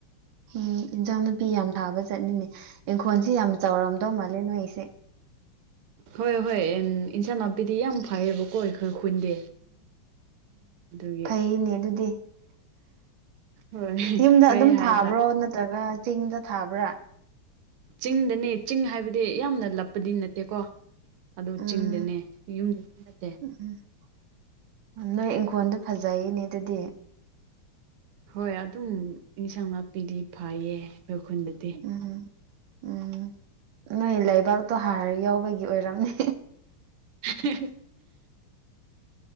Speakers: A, on the right (about 70°); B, on the right (about 90°).
A: ꯎꯝ ꯏꯟꯖꯥꯡ ꯅꯄꯤ ꯌꯥꯝ ꯊꯥꯕ ꯆꯠꯅꯤꯡꯉꯦ ꯏꯪꯈꯣꯜꯁꯤ ꯌꯥꯝ ꯆꯥꯎꯔꯝꯗꯧ ꯃꯥꯜꯂꯦ ꯅꯣꯏꯒꯤꯁꯦ
B: ꯍꯣꯏ ꯍꯣꯏ ꯑꯦꯟ ꯏꯟꯁꯥꯡ ꯅꯥꯄꯤꯗꯤ ꯌꯥꯝ ꯐꯩꯌꯦꯕ ꯍꯣꯏ ꯈꯔ ꯈꯨꯟꯗꯦ ꯑꯗꯨꯒꯤ
A: ꯑꯩꯅꯦ ꯑꯗꯨꯗꯤ
B: ꯍꯣꯏ
A: ꯌꯨꯝꯗ
B: ꯐꯩꯌꯦ
A: ꯑꯗꯨꯝ
B: ꯍꯥꯏ
A: ꯊꯥꯕ꯭ꯔꯣ
B: ꯇꯥꯔꯦ
A: ꯅꯠꯇ꯭ꯔꯒ ꯆꯤꯡꯗ ꯊꯥꯕ꯭ꯔꯥ
B: ꯆꯤꯡꯗꯅꯦ ꯆꯤꯡ ꯍꯥꯏꯕꯗꯤ ꯌꯥꯝꯅ ꯂꯞꯄꯗꯤ ꯅꯠꯇꯦꯀꯣ ꯑꯗꯨ
A: ꯎꯝ
B: ꯆꯤꯡꯗꯅꯦ ꯌꯨꯝꯗꯗꯤ ꯅꯠꯇꯦ
A: ꯎꯝ ꯅꯣꯏ ꯏꯪꯈꯣꯜꯗꯣ ꯐꯖꯩꯅꯦ ꯑꯗꯨꯗꯤ
B: ꯍꯣꯏ ꯑꯗꯨꯝ ꯏꯟꯁꯥꯡ ꯅꯥꯄꯤꯗꯤ ꯐꯩꯌꯦ ꯈꯣꯏ ꯈꯨꯟꯗꯗꯤ
A: ꯎꯝ ꯎꯝ ꯅꯣꯏ ꯂꯩꯕꯥꯛꯇꯣ ꯍꯥꯔ ꯌꯥꯎꯕꯒꯤ ꯑꯣꯏꯔꯝꯅꯦ
B: <inaudible>